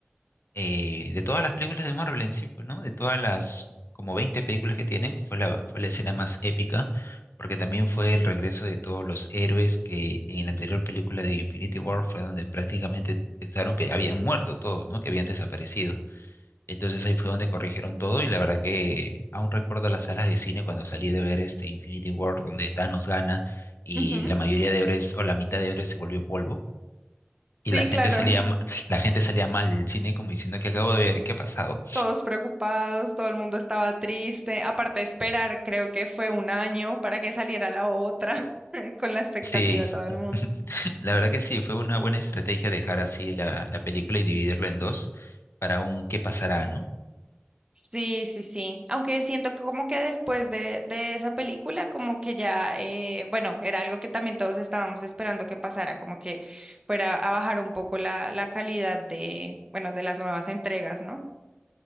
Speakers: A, on the left; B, on the right.
A: eh, de todas las películas de Marvel en sí, pues, ¿no? De todas las como 20 películas que tienen, fue la, fue la escena más épica, porque también fue el regreso de todos los héroes que en la anterior película de Infinity War fue donde prácticamente pensaron que habían muerto todos, ¿no? Que habían desaparecido. Entonces ahí fue donde corrigieron todo y la verdad que aún recuerdo las salas de cine cuando salí de ver este Infinity War donde Thanos gana y
B: Ujú.
A: la mayoría de héroes o la mitad de héroes se volvió polvo
B: Sí,
A: y la gente
B: claro,
A: salía, ma- la gente salía mal del cine como diciendo que acabo de ver, ¿qué ha pasado?
B: todos preocupados, todo el mundo estaba triste. Aparte de esperar, creo que fue un año para que saliera la otra, <laughs> con la expectativa
A: Sí,
B: todo el mundo.
A: <laughs> la verdad que sí, fue una buena estrategia dejar así la, la película y dividirla en dos para un qué pasará, ¿no?
B: Sí, sí, sí. Aunque siento que como que después de, de esa película, como que ya, eh, bueno, era algo que también todos estábamos esperando que pasara, como que fuera a bajar un poco la, la calidad de, bueno, de las nuevas entregas, ¿no?